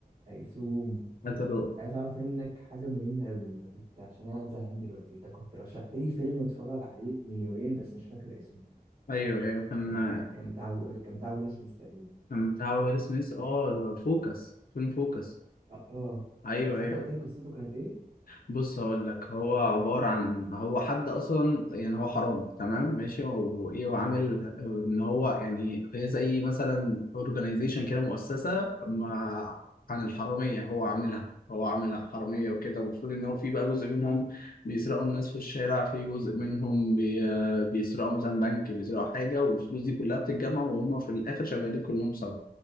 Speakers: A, on the right (about 55°); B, on the left (about 65°).
A: هيسوم
B: هترو
A: كنت عايز اعرف منك حاجه مهمه قوي انت كنت عشان أنا قاعد زهقان دلوقتي انت كنت رشحت لي فيلم اتفرج عليه من يومين بس مش فاكر اسمه
B: ايوه ايوه كان
A: كان بتاع كان بتاع كان بتاع ويل سميث تقريبا
B: كان بتاع ويل سميث اه فوكس فيلم فوكس
A: اه اه
B: ايوه
A: انت ساعتها
B: ايوه
A: قلت لي قصته كانت ايه
B: بص هقول لك هو عبارة عن هو حد أصلا يعني هو حرام تمام ماشي وإيه وعامل
A: تمام
B: إن هو يعني هي زي مثلا أورجنايزيشن كده مؤسسة مع عن الحرامية هو عاملها هو عاملها حرامية
A: تمام
B: وكده المفروض إن هو في بقى جزء منهم بيسرقوا الناس في الشارع في جزء منهم بي... بيسرقوا مثلا بنك بيسرقوا حاجة والفلوس دي كلها بتتجمع وهم في الآخر شغالين كلهم سوا